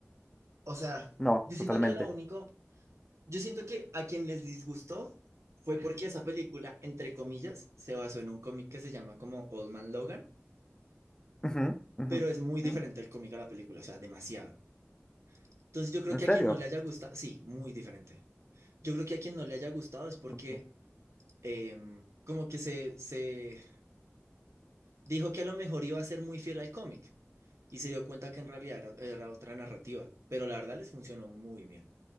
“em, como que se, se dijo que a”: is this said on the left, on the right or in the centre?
Right